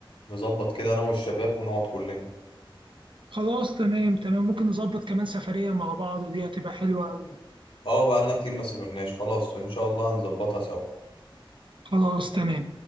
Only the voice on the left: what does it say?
نظبط كده انا والشباب ونقعد كلنا
اه بقالنا كتير ما سافرناش خلاص ان شاء الله هنظبطها سوا